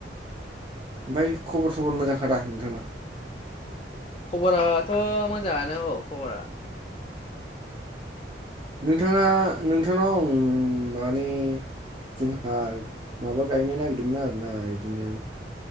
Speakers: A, on the right; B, on the left.
A: ओमफ्राय खबर सबर मोजांखादा नोंथांना
B: खबराथ' मोजाङानो औ खबरा
A: नोंथाङा नोंथांनाव आं माने जोंहा माबा गायनो नागिरदोंमोन आरोना इदिनो